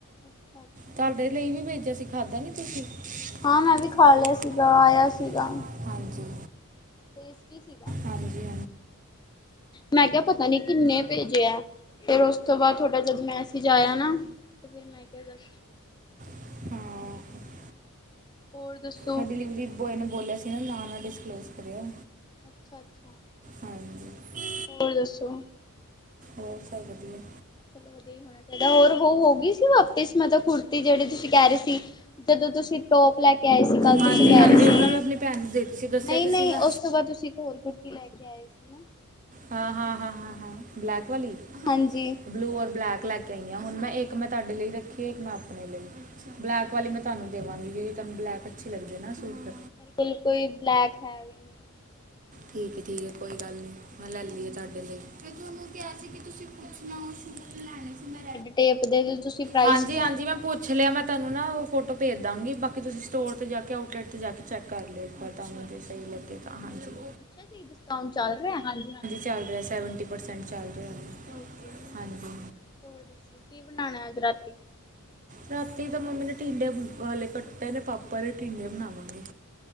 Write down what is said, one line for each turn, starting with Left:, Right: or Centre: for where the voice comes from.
Left: ਅੱਛਾ ਅੱਛਾ
Right: ਤੁਡੇ ਲਈ ਵੀ ਭੇਜਿਆ ਸੀ ਖਾਧਾ ਨੀ ਤੁਸੀਂ? ਹਾਂ
Left: ਮੈਂ
Right: ਮੈ ਵੀ
Left: ਖਾ
Right: ਖਾਲੱਯਾ
Left: ਲਿਆ ਸੀਗਾ ਆਇਆ ਸੀਗਾ
Right: ਹਾਂਜੀ।
Left: ਟੇਸਟੀ ਸੀਗਾ
Right: ਹਾਂਜੀ
Left: ਮੈਂ ਕਿਹਾ ਪਤਾ ਨੀ ਕਿੰਨੇ ਭੇਜਿਆ। ਫਿਰ ਉਸ ਤੋਂ ਬਾਅਦ ਥੋਡਾ ਜਦ ਮੈਸਜ ਆਇਆ ਨਾ ਤੇ ਫਿਰ ਮੈਂ ਕਿਹਾ ਬਸ
Right: ਹਾਂ।
Left: ਹੋਰ ਦੱਸੋ
Right: ਮੈ ਡਿਲੀਵਰੀ ਬੋਏ ਨੂੰ ਬੋਲਿਆ ਸੀ ਨਾ ਨਾਂ ਨਾ ਡਿਸਕਲੋਜ ਕਰਿਓ।
Left: ਅੱਛਾ ਅੱਛਾ।
Right: ਹਾਂਜੀ।
Left: ਹੋਰ ਦੱਸੋ।
Right: ਹੋਰ ਸਭ ਵਧੀਆ।
Left: ਚਲੋ ਵਧੀਆ ਹੀ ਹੋਣਾ ਚਾਹੀਦਾ ਹੋਰ ਉਹ ਹੋ ਗਈ ਸੀ ਵਾਪਿਸ ਮਤਲਬ ਕੁੜਤੀ ਜਿਹੜੀ ਤੁਸੀਂ ਕਹਿ ਰਹੇ ਸੀ। ਜਦੋਂ ਤੁਸੀਂ ਟੋਪ ਲੈ ਕੇ ਆਏ ਸੀ ਕੱਲ
Right: ਹਾਂਜੀ
Left: ਤੁਸੀਂ ਕਹਿ
Right: ਹਾਂਜੀ
Left: ਰਹੇ ਸੀ
Right: ਉਹਨਾਂ ਮੈਂ ਆਪਣੀ ਭੈਣ ਨੂੰ ਦੇਤੀ ਸੀ ਦੱਸਿਆ
Left: ਨਹੀਂ
Right: ਤਾਂ
Left: ਨਹੀਂ
Right: ਸੀਗਾ
Left: ਉਸ ਤੋਂ ਬਾਅਦ ਤੁਸੀਂ ਹੋਰ ਕੁੜਤੀ ਲੈ ਕੇ ਆਏ ਸੀ। ਨਾ
Right: ਹਾਂ ਹਾਂ ਹਾਂ ਹਾਂ ਹਾਂ ਬਲੈਕ ਵਾਲੀ। ਹਾਂ
Left: ਹਾਂਜੀ।
Right: ਬਲੂ ਔਰ ਬਲੈਕ ਲੈ ਕੇ ਆਈ ਆ ਹੁਣ ਮੈਂ ਇੱਕ ਮੈਂ ਤੁਹਾਡੇ ਲਈ ਰੱਖੀ ਇੱਕ ਮੈਂ ਆਪਣੇ ਲਈ। ਬਲੈਕ ਵਾਲੀ ਮੈਂ ਤੁਹਾਨੂੰ ਦੇਵਾਂਗੀ ਜਿਹੜੀ ਤੁਹਾਨੂੰ ਬਲੈਕ ਅੱਛੀ ਲੱਗਦੀ ਹੈ ਨਾ ਸੂਟ
Left: ਬਿਲਕੁਲ ਹੀ ਬਲੈਕ ਹੈ ਵੀ ਨੀ।
Right: ਠੀਕ ਹੈ ਠੀਕ ਹੈ ਕੋਈ ਗੱਲ ਨਹੀਂ। ਮੈਂ ਲੈ ਲਈ ਆ ਤੁਹਾਡੇ ਲਈ ਫਿਰ ਤੁਹਾਨੂੰ ਕਿਹਾ ਸੀ ਕਿ ਤੁਸੀਂ ਪੁਛਣਾ ਉਹ ਸੂਟ ਲੈਣੇ ਸੀ ਮੈਂ
Left: ਟੇਪ ਦੇ ਤੁਸੀਂ ਪ੍ਰਾਈਸ
Right: ਹਾਂਜੀ
Left: ਅੱਛਾ
Right: ਹਾਂਜੀ
Left: ਅੱਛਾ
Right: ਮੈਂ ਪੁੱਛ ਲਿਆ ਮੈਂ ਤੁਹਾਨੂੰ ਨਾ ਉਹ ਫੋਟੋ ਭੇਜ ਦਾਂਗੀ ਬਾਕੀ ਤੁਸੀਂ ਸਟੋਰ ਤੇ ਜਾਕੇ ਆਊਟਲੈਟ ਤੇ ਜਾਕੇ ਚੈੱਕ ਕਰ ਲਯੋ ਤੁਹਾਨੂੰ ਜ ਸਹੀ ਲੱਗੇ ਤਾਂ ਹਾਂਜੀ।
Left: ਅੱਛਾ ਜੀ ਡਿਸਕਾਉਂਟ ਚੱਲ ਰਿਹਾ ਹਾਂਜੀ ਹਾਂ।
Right: ਚੱਲ ਰਿਹਾ ਸੈਵਨਟੀ ਪਰਸੈਂਟ ਚੱਲ ਰਿਹਾ
Left: ਓਕੇ
Right: ਹਾਂਜੀ।
Left: ਹੋਰ ਦੱਸੋ ਕੀ ਬਣਾਉਣਾ ਅੱਜ ਰਾਤੀ।
Right: ਰਾਤੀ ਤਾਂ ਮੰਮੀ ਨੇ ਟੀਂਡੇ ਹਾਲੇ ਕੱਟੇ ਨੇ ਪਾਪਾ ਦੇ ਟੀਂਡੇ ਬਣਾਵਾਂਗੇ।